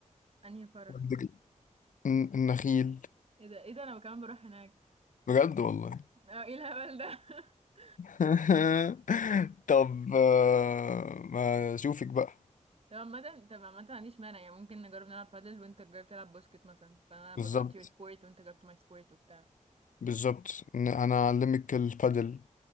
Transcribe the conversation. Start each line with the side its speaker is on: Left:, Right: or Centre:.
Right: انهي فرح
Left: دجله الن- النخيل
Right: ايه ده ايه ده انا كمان بروح هناك
Left: بجد والله
Right: اه ايه الهبل ده <laughs>
Left: <laughs> طب آه، ما اشوفك بقى
Right: طب عامة طب عامة ما عنديش مانع يعني ممكن نجرب نلعب بادل وانت تجرب تلعب باسكت مثلا فانا بجربت
Left: بالظبط
Right: يور سبورت وانت جربت ماي سبورت وبتاع
Left: بالظبط إن انا اعلمك البادل